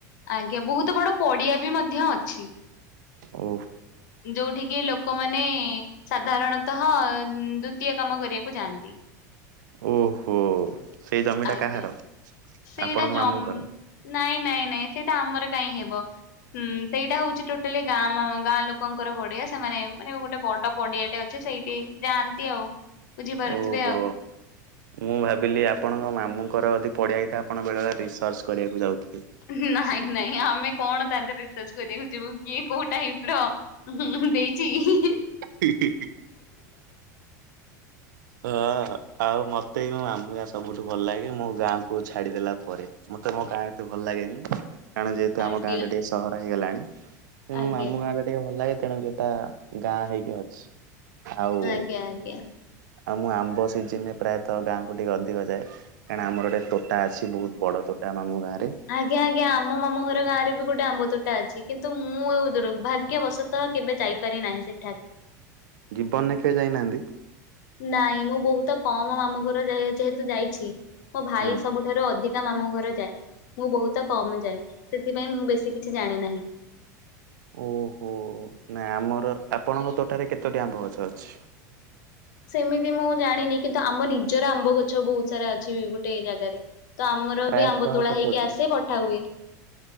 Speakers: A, on the left; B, on the right.
A: ଆଜ୍ଞା ବହୁତ ବଡ ପଡିଆ ବି ମଧ୍ୟ ଅଛି।
B: ଓ।
A: ଯୋଉଠିକି ଲୋକମାନେ ସାଧାରଣ ତ ହଁ ଦ୍ଵିତୀୟ କାମ କରିବାକୁ ଯାଆନ୍ତି।
B: ଓହୋ ସେଇ ଜମିଟା
A: ଆଜ୍ଞା
B: କାହାର?
A: ସେଇଟା
B: ଆପଣଙ୍କ
A: ଜମ
B: ମାମୁଁଙ୍କର
A: ନାଇଁ ନାଇଁ ନାଇଁ ସେଇଟା ଆମର କାହିଁ ହେବ। ହୁଁ ସେଇଟା ହଉଛି ଟୋଟାଲି ଗାଁ ଗାଁ ଲୋକ ଲୋକଙ୍କର ପଡିଆ ସେମାନେ ମାନେ ଗୋଟେ ବଡ ପଡିଆଟେ ଅଛି ସେଇଠି ଯାଆନ୍ତି ଆଉ। ବୁଝିପାରୁଥିବେ
B: ଓହୋ
A: ଆଉ
B: ମୁଁ ଭାବିଲି ଆପ ଆପଣଙ୍କ ମାମୁଙ୍କର ଯଦି ପଡ଼ିଆ ହୋଇଥାଏ ଆପଣ ବେଳେବେଳେ ରିସର୍ଚ୍ଚ କରିବାକୁ ଯାଉଥି
A: ହିଁ ନାଇଁ ନାଇଁ ଆମେ କଣ ତାରେ ରିସର୍ଚ୍ଚ କରିବାକୁ ଯିବୁ। କିଏ କୋଉ ଟାଇପ ର ହିଁ ହିଁ ଦେଇଛି।
B: ହି ହି ହି ହଁ ଆହା ଆଉ ମ ତେ କଣ ଆମ ଗାଁ ସବୁଠୁ ଭଲ ଲାଗେ। ମୋ ଗାଁକୁ ଛାଡିଦେଲା ପରେ ମତେ ମୋ ଗାଁ ଏତେ ଭଲ ଲାଗେନି। କାରଣ ଯେହେତୁ
A: ଆଜ୍ଞା
B: ଆମ ଗାଁଟା ଟିକେ ସହର ହେଇଗଲାଣି। ତେଣୁ
A: ଆଜ୍ଞା
B: ଆମ ଗାଁ ଟା ଟିକେ ଭଲ ଲାଗେ। ତେଣୁ ସେଟା ଗାଁ ହେଇକି ଅଛି। ଆଉ
A: ଆଜ୍ଞା ଆଜ୍ଞା।
B: ଆଉ ମୁଁ ଆମ୍ବ ସିଜିନରେ ପ୍ରାୟତଃ ଗାଁକୁ ଟିକେ ଅଧିକ ଯାଏ। କାରଣ ଆମର ଗୋଟେ ତୋଟା ଅଛି ବହୁତ ବଡ ତୋ ଟା ମାମୁଁ ଗାଁ
A: ଆଜ୍ଞା ଆଜ୍ଞା ଆମ ମାମୁଁ ଘର ଗାଁରେ ବି ଗୋଟେ ଆମ୍ବ ତୋଟା ଅଛି। କିନ୍ତୁ ମୁଁ ଦୁର୍ଭାଗ୍ୟବଶତଃ କେବେ ଯାଇପାରି ନାହିଁ ସେଠାକ
B: ଜୀବନରେ କେବେ ଯାଇନାହାନ୍ତି?
A: ନାଇଁ ମୁଁ ବହୁତ କମ ମାମୁଁ ଘର ଯ ଯେହେତୁ ଯାଇଛି ମୋ ଭାଇ
B: ହଁ।
A: ସବୁଠାରୁ ଅଧିକ ତା ମାମୁଁ ଘର ଯାଏ। ମୁଁ ବହୁତ କମ୍ ଯାଏ। ସେଥିପାଇଁ ମୁଁ ବେଶି କିଛି ଜାଣି ନାହିଁ।
B: ଓଃହୋ ନାଁ ଆମର ଆପଣଙ୍କ ତୋଟାରେ କେତୋଟି ଆମ୍ବ ଗଛ ଅଛି?
A: ସେମିତି ମୁଁ ଜାଣିନି କିନ୍ତୁ ଆମ ନିଜର ଆମ୍ବ ଗଛ ବହୁତ ସାରା ଅଛି ଗୋଟେ ଜାଗାରେ। ତ ଆମର
B: ପ୍ରାୟତଃ
A: ବି ଆମ୍ବ ତୋଳା
B: କେତୋଟି
A: ହେଇକି ଆସେ ପଠା ହୁଏ।